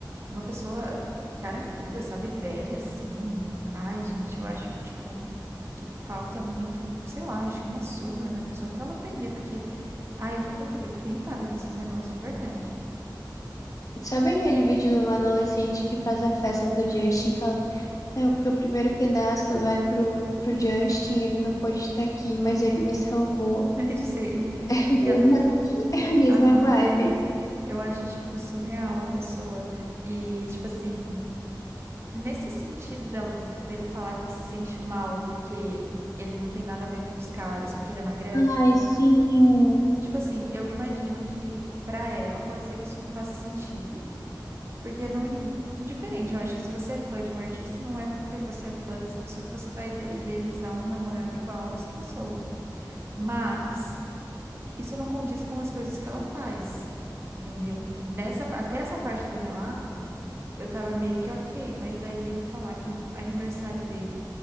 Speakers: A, on the right; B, on the left.
A: uma pessoa carancuda, sabe, velha assim. Ai, gente, eu acho, tipo, que falta muito, sei lá, acho que uma surra na pessoa pra ela aprender, porque, ai, eu fico, eu fico irritada com esses negócios de verdade.
B: Sabe aquele vídeo de uma adolescente que faz a festa do Justin e fala, não, porque o primeiro pedaço vai pro, pro Justin, ele não pôde estar aqui, mas ele me salvou.
A: <laughs> Sei.
B: <laughs>
A: E ela,
B: É a mesma,
A: ai,
B: é a mesma vibe.
A: eu acho, tipo, surreal a pessoa. E, tipo assim. nesse sentido dela- de- dele falar que se sente mal porque ele não tem nada a ver com os caras, porque ele é magrelo,
B: Ai, sim.
A: tipo assim, eu imagino que pra ela pode ser que isso não faça sentido, porque não in- indiferente, eu acho que se você é fã de um artista, não é porque você é fã dessa pessoa que você vai ide- idealizar um namorado igual a essa pessoa. Mas isso não condiz com as coisas que ela faz, entendeu? Nessa, pa- até essa parte do relato, eu tava meio que ok, mas daí ele falar que no aniversário dele